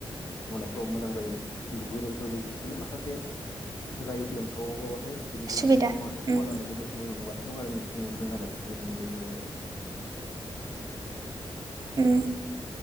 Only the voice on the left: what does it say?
मावनायफ्राव मोजां जायो दुगैनो बेफोरबायदि जि सु बिदिनो माखासे जायो गोलोमसावोबाबाथाय जेथुनाखि
जों <unintelligible> खहा
जानायखौ <unintelligible> जों नुगासिनो दं आरो मिथिनो मोनदों आरो जिथुनिखि जोङो